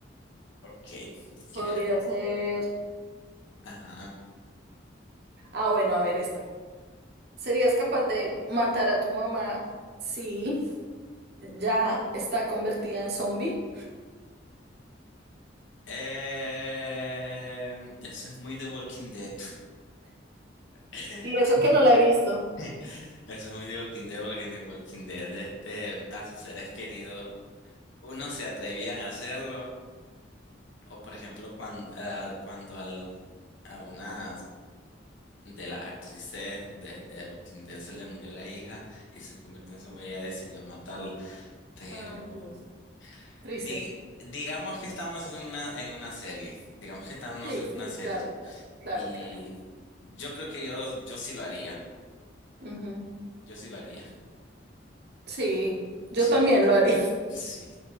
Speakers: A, on the left; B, on the right.
A: Ok, si quieres.
B: podría ser...
A: Ajá.
B: Ah, bueno, a ver esta. ¿Serías capaz de matar a tu mamá si ya está convertida en zombie?
A: Em, eso es muy The Walking Dead. <laughs>
B: Y eso que no la he visto.
A: <laughs> Eso es muy de Walking Dead, porque en The Walking Dead, este, a sus seres queridos, unos se atrevían a hacerlo, o por ejemplo, cuando, cuando al- a una de las actrices de, de Walking Dead se le murió la hija y se convirtió en zombie, ella decidió matarla. Pero
B: Ay, Dios. Triste.
A: di- digamos que estamos en una, en una serie, digamos que estamos
B: Sí,
A: en
B: sí,
A: una serie,
B: claro, claro, claro,
A: y
B: claro.
A: yo creo que yo, yo sí lo haría,
B: Ujú.
A: yo sí lo haría.
B: Sí, yo
A: Sí.
B: también lo haría. <laughs>
A: Sí.